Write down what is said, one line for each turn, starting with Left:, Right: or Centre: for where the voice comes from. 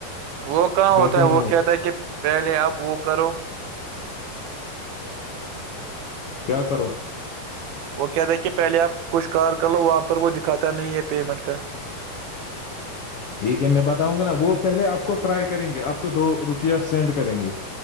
Right: وہ کہاں
Left: بینک
Right: ہوتا
Left: اکاؤنٹ
Right: ہے وہ کیا تھا کہ پہلے آپ وہ کرو
Left: کیا کرو
Right: وہ کہ تھا کہ پہلے آپ کچھ کار کر لو وہاں پر وہ دکھاتا نہیں ہے پیمنٹ کا
Left: ٹھیک ہے میں بتاؤں گا نا وہ پہلے آپ کو ٹرائی کریں گے آپ کو دو روپیہ سینڈ کریں گے